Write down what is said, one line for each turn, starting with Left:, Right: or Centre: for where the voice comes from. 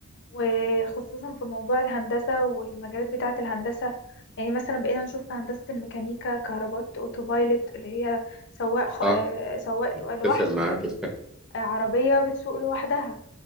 Left: وخصوصا في موضوع الهندسة والمجالات بتاعة الهندسة يعني مثلا بقينا نشوف في هندسة الميكانيكا كهربات اوتوبايلوت اللي هي سواق خ...
Centre: اه
Left: آه، سواق لوحده
Centre: اتفق معاك
Left: يعني
Centre: في كده
Left: آه، عربية بتسوق لوحدها